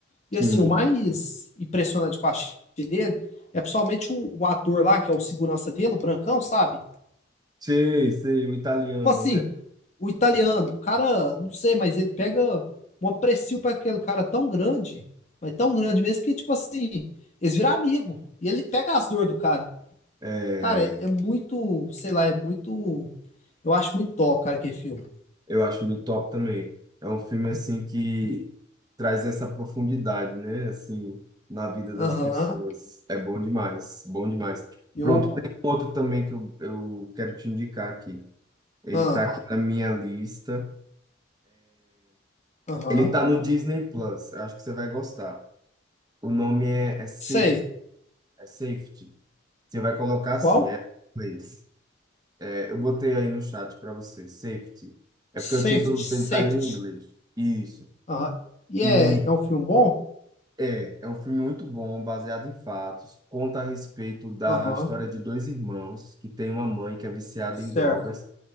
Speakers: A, on the left (about 35°); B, on the right (about 20°).
A: E
B: Sim.
A: assim, o mais impressionante que eu achei dele é principalmente o, o ator lá, que é o segurança dele, o Brancão, sabe?
B: Sei, sei, o italiano,
A: Tipo assim,
B: né?
A: o italiano, o cara, não sei, mas ele pega um aprecio para aquele cara tão grande, mas tão grande mesmo que, tipo assim, eles viram amigo. E ele pega as dores do cara.
B: É,
A: Cara, é, é muito, sei lá, é muito. Eu acho muito top, cara, aquele filme.
B: eu acho muito top também. É um filme assim que traz essa profundidade, né? Assim, na vida das
A: Aham,
B: pessoas. É bom demais, bom demais.
A: eu.
B: Pronto, tem um outro também que eu, eu quero te indicar aqui. Ele
A: ah,
B: tá aqui na minha lista.
A: Aham,
B: Ele tá no Disney Plus. Eu acho que você vai gostar. O nome é, é Safety.
A: sei.
B: É Safety. Você vai colocar assim,
A: Qual?
B: é em inglês. É, eu botei aí no chat para você, Safety. É
A: Safety,
B: porque o título
A: Safety.
B: dele tá em inglês. Isso.
A: Aham. E
B: E
A: é, é um filme bom?
B: É, é um filme muito bom, baseado em fatos. Conta a respeito da
A: Aham,
B: história de dois irmãos que tem uma mãe que é viciada
A: certo.
B: em drogas.